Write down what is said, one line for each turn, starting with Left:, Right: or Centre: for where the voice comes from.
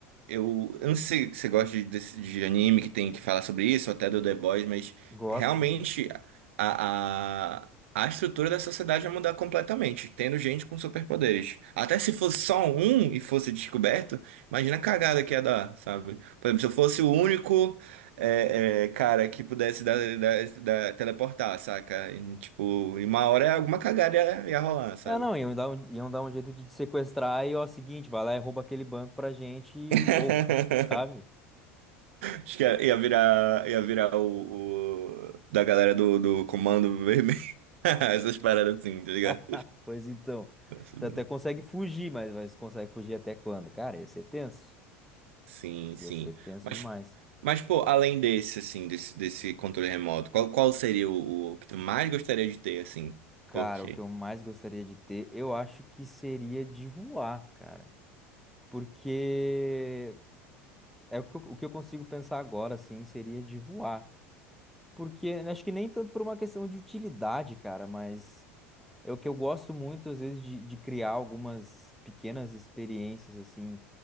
Right: eu, eu não sei se você gosta de, desse- de anime que tem que falar sobre isso, ou até do The Boys, mas
Centre: Gosto.
Right: realmente a, a, a estrutura da sociedade vai mudar completamente, tendo gente com superpoderes. Até se fosse só um e fosse descoberto, imagina a cagada que ia dar, sabe? Por exemplo, se eu fosse o único. É, é, cara, que pudesse dar, dar- dar- teleportar, saca? E, tipo, em uma hora alguma cagada ia, ia rolar, sabe?
Centre: É, não, iam dar um, iam dar um jeito de te sequestrar e, ó, seguinte, vai lá e rouba aquele banco pra gente, e-
Right: <laughs>
Centre: ou, <laughs> sabe?
Right: Acho que ia, ia virar, ia virar o, o- da galera do, do Comando Vermelho. <laughs> Essas paradas assim, tá ligado?
Centre: <laughs> Pois então,
Right: Nossa,
Centre: você
Right: Deus.
Centre: até consegue fugir, mas, mas consegue fugir até quando? Cara, ia ser tenso.
Right: Sim,
Centre: Ia
Right: sim.
Centre: ser tenso
Right: Mas,
Centre: demais.
Right: mas pô, além desse, assim, desse, desse controle remoto, qual, qual seria o, o que tu mais gostaria de ter, assim?
Centre: Cara,
Right: Por quê?
Centre: o que eu mais gostaria de ter, eu acho que seria de voar, cara. Porque é o que eu, o que eu consigo pensar agora, assim, seria de voar. Porque né, acho que nem tanto por uma questão de utilidade, cara, mas. É o que eu gosto muito, às vezes, de, de criar algumas pequenas experiências, assim.